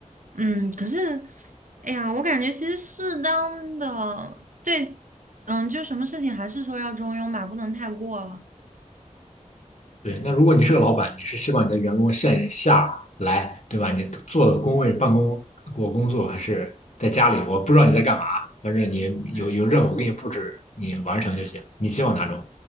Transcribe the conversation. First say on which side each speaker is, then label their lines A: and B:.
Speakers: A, on the right; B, on the left.
A: 嗯，可是，哎呀，我感觉其实适当的，对，嗯，就什么事情还是说要中庸吧，不能太过了，
B: 对，那如果你是个老板，你是希望你的员工线下来，对吧？你坐的工位办公，我工作还是在家里？我不知道你在干嘛，反正你有有任务给你布置，
A: 嗯，
B: 你完成就行。你希望哪种？